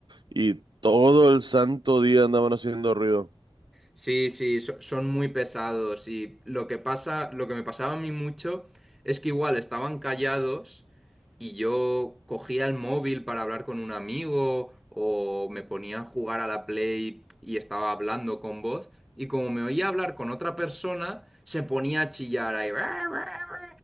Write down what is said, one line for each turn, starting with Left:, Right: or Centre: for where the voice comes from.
Right: y todo el santo día andaban haciendo ruido.
Centre: Sí, sí, so- son muy pesados y lo que pasa, lo que me pasaba a mí mucho es que igual estaban callados y yo cogía el móvil para hablar con un amigo o me ponía a jugar a la Play y estaba hablando con voz y como me oía hablar con otra persona se ponía a chillar ahí. <laughs>